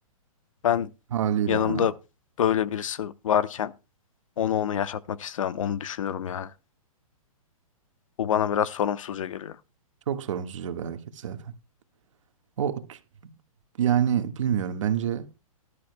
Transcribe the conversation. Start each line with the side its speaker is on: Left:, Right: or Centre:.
Left: Ben
Right: Haliyle
Left: yanımda
Right: hani.
Left: böyle birisi varken Onu onu yaşatmak istemem. Onu düşünürüm yani. Bu bana biraz sorumsuzca geliyor.
Right: Çok sorumsuzca bir hareket zaten. O t- yani bilmiyorum bence